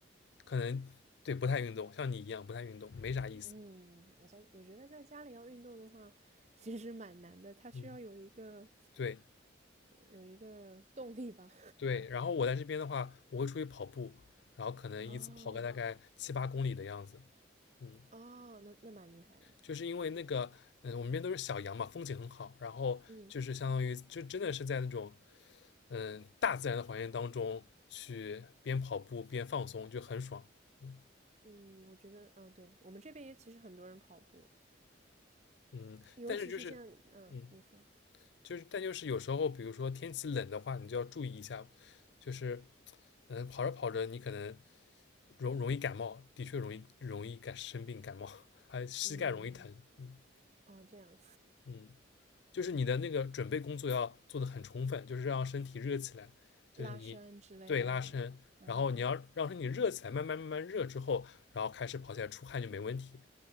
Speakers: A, on the left; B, on the right.
A: 可能对不太运动，像你一样不太运动，没啥意思。
B: 嗯，我在我觉得在家里要运动的话，其实蛮难的，它需要有一个
A: 嗯，对
B: 有一个动力吧。
A: 对。然后我在这边的话，我会出去跑步，然后可能一次跑个大概七八公里的样子。
B: <laughs> 哦
A: 嗯。
B: 哦，那那蛮厉害的。
A: 就是因为那个，嗯，我们这边都是小羊嘛，风景很好，然后就是相当于就真的是在那种，
B: 嗯
A: 嗯，大自然的环境当中去边跑步边放松，就很爽。嗯
B: 嗯，我觉得嗯、对我们这边也其实很多人跑步，
A: 嗯，
B: 尤其是现在嗯，
A: 但是就是，嗯，
B: 你说
A: 就是但就是有时候，比如说天气冷的话，你就要注意一下，就是，嗯，跑着跑着你可能容容易感冒，的确容易容易感生病感冒，还膝盖容易疼。
B: 嗯
A: 嗯
B: 哦这样
A: 嗯。就是你的那个准备工作要做的很充分，就是让身体热起来，
B: <laughs>
A: 就是你对拉伸，
B: 拉伸之类的吗？啊
A: 然后你要让身体热起来，慢慢慢慢热之后，然后开始跑起来出汗就没问题。